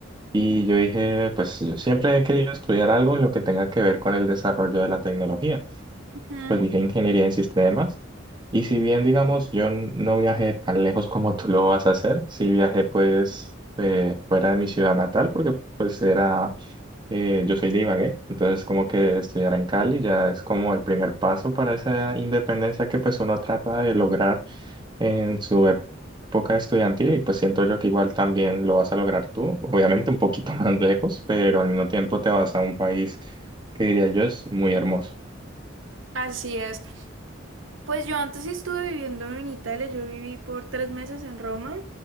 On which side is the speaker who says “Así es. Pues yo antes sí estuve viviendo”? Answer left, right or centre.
Right